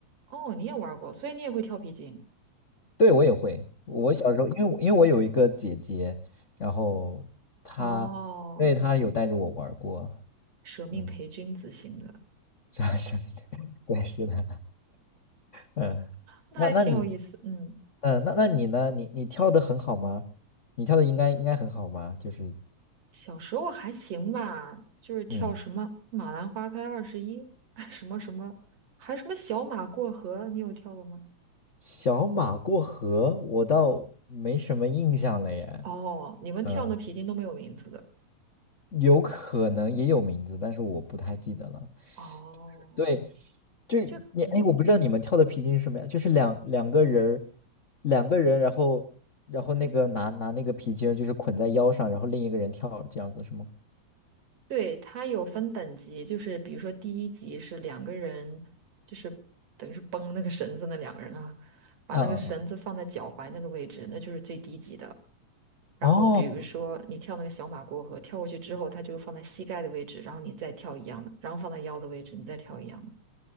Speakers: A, on the right; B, on the left.
A: 哦，你也玩过，所以你也会跳皮筋。
B: 对，我也会。我小时候，因为我因为我有一个姐姐，然后她，
A: 哦，
B: 因为她有带着我玩儿过，
A: 舍命陪君子型的，
B: 嗯，这样是，<laughs> 对，是的，嗯，
A: 那还挺有意思。
B: 那那你，
A: 嗯。
B: 嗯，那那你呢？你你跳的很好吗？你跳的应该应该很好吧？就是，
A: 小时候还行吧，就是跳什么《马兰花开二十一》，
B: 嗯，
A: <laughs> 什么什么，还什么小马过河，你有跳过吗？
B: 小马过河，我倒没什么印象了耶，
A: 哦，你们跳的皮筋都没有名字的。
B: 嗯，有可能也有名字，但是我不太记得了。
A: 哦，
B: 对，就你哎，
A: 就嗯，
B: 我不知道你们跳的皮筋是什么呀？就是两两个人儿，两个人，然后然后那个拿拿那个皮筋儿，就是捆在腰上，然后另一个人跳，这样子是吗？
A: 对，它有分等级，就是比如说第一级是两个人，就是等于是绷那个绳子那两个人啊，把那个绳子放在脚踝那个位置，
B: 嗯嗯嗯。
A: 那就是最低级的。然后比如说你跳那个小马过河，
B: 哦
A: 跳过去之后，它就放在膝盖的位置，然后你再跳一样的，然后放在腰的位置，你再跳一样的，